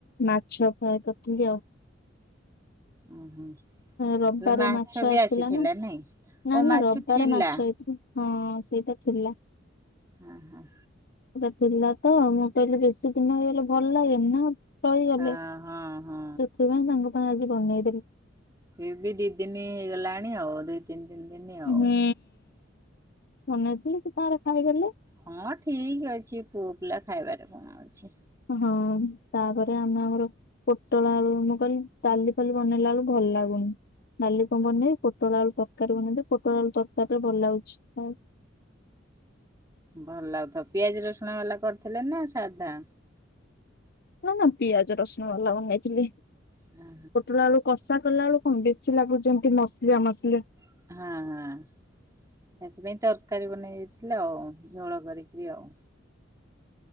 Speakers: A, on the left; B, on the right.
A: ମାଛ ଫ୍ରାଏ କରିଥିଲି ଆଉ।
B: ଉଁ ହୁଁ।
A: ରବିବାର
B: ହେଲେ
A: ମାଛ ଆସିଥିଲା
B: ବି
A: ନା
B: ନାଇଁ
A: ନା
B: ଓ
A: ନା
B: ମାଛ
A: ରବିବାର
B: ଥିଲା
A: ମାଛ ହେଇଥିଲା। ହଁ ସେଇଟା ଥିଲା।
B: ଆଁ ହାଁ।
A: ସେଟା ଥିଲା ତ ମୁଁ କହିଲି ବେଶୀ ଦିନ ହେଇଗଲେ ଭଲ ଲାଗେନି ନା। ରହିଗଲେ
B: ହଁ ହଁ। ହଁ।
A: ସେଥିପାଇଁ ତାଙ୍କ ପାଇଁ ଆଜି ବନେଇଦେଲି।
B: ଇଏ ବି ଦିନି ହେଇଗଲାଣି ଆଉ ଦୁଇ ତିନି ଦିନି। ତିନି ଆଉ।
A: ହୁଁ ବନେଇଥିଲି ସିଏ ତାଙ୍କର ଖାଇଦେଲେ।
B: ହଁ ଠିକ ଅଛି ପୁଅ ପିଲା ଖାଇବାରେ କଣ ଅଛି।
A: ହଁ ତାପରେ ଆମେ ଆମର ପୋଟଳ ଆଳୁ ମୁଁ କହିଲି ଡାଲି ଫାଲି ବନେଇଲା ବେଳୁ ଭଲ ଭଲ ଲାଗୁନି। ଡାଲି କଣ ବନେଇବି ପୋଟଳ ଆଳୁ ତରକାରୀ ବନେଇ ଦେବି ପୋଟଳ ଆଳୁ ତରକାରୀ ରେ ଭଲ ଲାଗୁଛି ଖାଇଆକୁ। <inaudible>
B: ଭଲ ଲାଗୁଥବ ପିଆଜ ରସୁଣ ବାଲା କରିଥିଲେ ନା ସାଧା?
A: ନା ନା ପିଆଜ ରସୁଣ ବାଲା ବନେଇଥିଲି।
B: ହଁ
A: ପୋଟଳ ଆଳୁ କଷା କଲା ଆଳୁ କଣ ବେଶୀ ଲାଗୁଛି ଏମିତି ମସଲିଆ ମସଲିଆ। <inaudible>
B: ହଁ ହଁ। ସେଥିପାଇଁ ତରକାରୀ ବନେଇ ଦେଇଥିଲି ଆଉ ଝୋଳ କରିକି ଆଉ।